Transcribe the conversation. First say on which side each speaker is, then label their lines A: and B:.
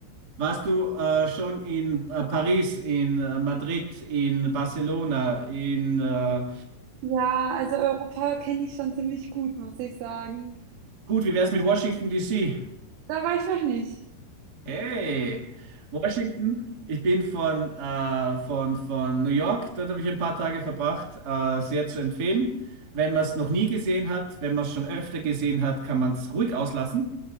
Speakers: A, on the right; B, on the right.
A: Warst du äh, schon in äh, Paris, in äh, Madrid, in Barcelona, in äh,
B: Ja, also Europa kenne ich schon ziemlich gut, muss ich sagen.
A: gut, wie wär's mit Washington DC?
B: Da war ich noch nicht.
A: Hey, Washington, ich bin von, äh, von, von New York, dort habe ich ein paar Tage verbracht, äh, sehr zu empfehlen. Wenn man es noch nie gesehen hat, wenn man es schon öfter gesehen hat, kann man es ruhig auslassen.